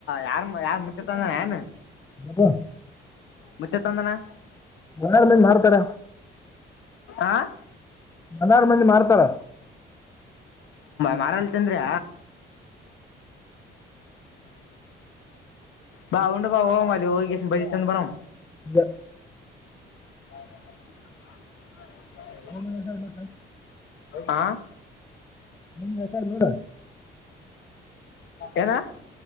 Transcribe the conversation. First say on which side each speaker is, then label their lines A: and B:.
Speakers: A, on the left; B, on the left.
A: ಯಾರ ಯಾರ ಮುಟ್ಟ್ಯತಂಗ ಏನ್
B: ಹ
A: ಮುಚ್ಚ ತಂದಲ
B: ಮನಾರ್ ಮಂದಿ ಮಾರ್ತಾರ
A: ಆ
B: ಬನಾರ ಮಂದಿ ಮಾಡ್ತಾರ
A: ಮಾರಳ್ತನ್ಯ ಬಾ ಉಂಡ ಭಾವ ಹ ಬ ತ ಬ
B: ಹ
A: ಹ
B: ಸಲ್ಲ
A: ಹಾ
B: ನಿಮ್ಗೆ ಹೆಸರು ನೋಡ
A: ಏನಾ